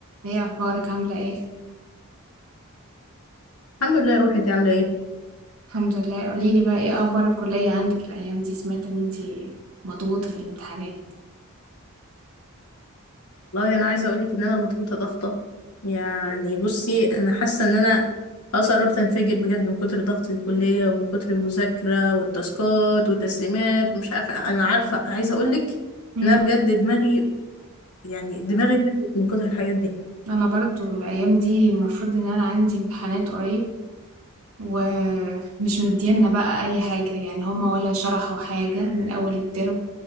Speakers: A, on the right (about 70°); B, on the left (about 80°).
A: ايه اخبارك عامله ايه
B: الحمد لله يا روحي انت عامله ايه
A: الحمد لله قوليلي بقى ايه اخبار الكليه عندك الايام دي سمعت ان انتي مضغوطه في الامتحانات
B: والله انا عايزه اقول لك ان انا مضغوطه ضغطه يعني بصي انا حاسه ان انا خلاص قربت انفجر بجد من كتر ضغط الكليه ومن كتر المذاكره والتاسكات والتسليمات مش عارفه انا عارفه عايزه اقول لك
A: امم
B: ان انا بجد دماغي يعني دماغي اتنفخت من كتر الحاجات دي
A: انا برضو الايام دي المفروض ان انا عندي امتحانات قريب ومش مدينا بقى اي حاجه يعني هما ولا شرحوا حاجه من اول الترم